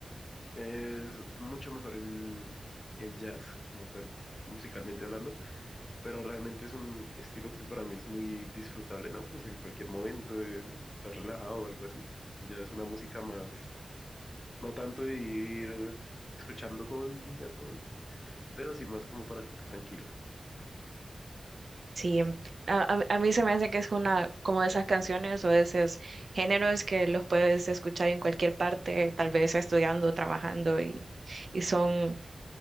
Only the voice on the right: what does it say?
Sí, em- a, a- a mí se me hace que es una como de esas canciones o de esos géneros que los puedes escuchar en cualquier parte, tal vez estudiando, trabajando y, y son